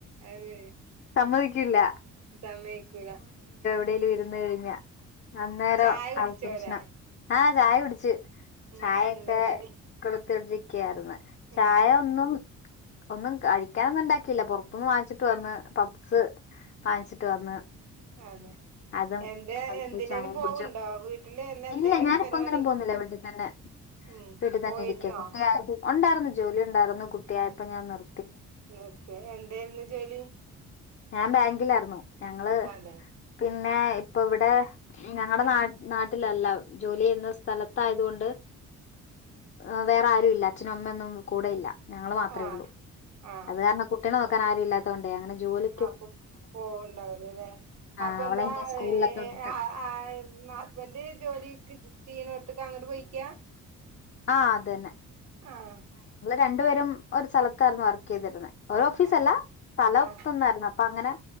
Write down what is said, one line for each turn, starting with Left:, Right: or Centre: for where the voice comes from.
Right: അത്
Left: സമ്മതിക്കില്ല.
Right: സമയിക്കൂല.
Left: ഇവിടേലും ഇരുന്ന് കഴിഞ്ഞ അന്നേരം
Right: ചായ കുടിച്ചോരാ
Left: ആക്ക് കൃഷണാ, ആഹ് ചായ കുടിച്ചു.
Right: ഉം
Left: ചായൊക്കെ
Right: എന്താ കടി
Left: കൊളത്തിട്ടിരിക്കയായിന്ന് ചായ
Right: ഉം
Left: ഒന്നും. ഒന്നും കഴിക്കാനൊന്നും ഇണ്ടാക്കിയില്ല പുറത്തൊന്ന് വാങ്ങിച്ചിട്ട് വന്ന് പബ്സ് വാങ്ങിച്ചിട്ട് വന്ന്.
Right: അതെ.
Left: അതും
Right: എന്താ
Left: കഴിച്ചു
Right: എന്തിനേലും
Left: ചായേ
Right: പോവുണ്ടോ
Left: കുടിച്ചും,
Right: വീട്ടില് അല്ല
Left: ഇല്ല
Right: എന്തേലും
Left: ഞാനിപ്പ
Right: പരിപാടി
Left: ഒന്നിനും
Right: ഉണ്ടോ?
Left: പോകുന്നില്ലേ വീട്ടിൽ തന്നെ.
Right: ഉം
Left: വീട്ടി തന്നെ
Right: പോയിരുന്നോ
Left: ഇരിക്കാ ഉണ്ടായിരുന്നു ജോലി ഉണ്ടായിരുന്നു കുട്ടിയായപ്പോ ഞാൻ നിർ
Right: നിർത്തിയോ എന്തായിരുന്നു ജോലി?
Left: ഞാൻ ബാങ്കിലായിരുന്നു, ഞങ്ങള് പി
Right: അതെ
Left: പിന്നെ ഇപ്പ ഇവിടെ ഞങ്ങളുടെ ന നാട്ടിലല്ല ജോലി ചെയ്യുന്ന സ്ഥലത്തയതുകൊണ്ട്. ആ വേറെ ആരും ഇല്ല അച്ഛനും അമ്മയും ഒന്നും കൂടെയില്ല. ഞങ്ങള് മാത്രമേ
Right: ആഹ്
Left: ഉള്ളൂ
Right: ആഹ്
Left: അത് കാരണം കുട്ടിനെ നോക്കാൻ ആരും ഇല്ലാത്ത കൊണ്ടേ അങ്ങനെ ജോലി.
Right: പ്പ പോവണ്ടാവലില്ല അല്ലെ
Left: ആ
Right: അപ്പൊ
Left: അവളെ
Right: എന്താ.
Left: എന്നെ സ്കൂളിലൊക്കെ വിട്ടിട്ട്
Right: <unintelligible> ഹസ്ബൻഡ് ജോലിക്ക് ചെയ് ണോടത്തൊക്ക് അങ്ങോട്ട് പോയിക്കാ?
Left: ആഹ് അതന്നെ.
Right: ആഹ്.
Left: രണ്ടുപേരും ഒരു സ്ഥലത്തായിരുന്നു വർക്ക് ചെയ്തിരുന്നത്. ഒരു ഓഫീസല്ല
Right: അതെ
Left: സ്ഥലംത്തന്നായിരുന്നു
Right: ആഹ്
Left: അപ്പൊ അങ്ങനെ